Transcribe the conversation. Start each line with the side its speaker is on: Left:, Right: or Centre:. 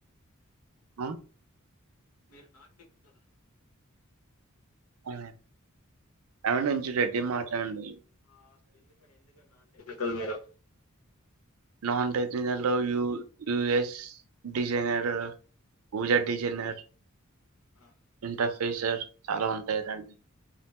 Right: ఆ
Left: మీరు నాన్ టెక్నికల్ ఆ
Right: అ ఆమె నుంచి
Left: ఎందుకని
Right: రెడ్డి మాట్లాడండి
Left: కల్ మీరు
Right: non regional యయుఎస్ designer Pooja designer
Left: ఆ,
Right: ఇంట ే సర్ చాలా వంతయదండి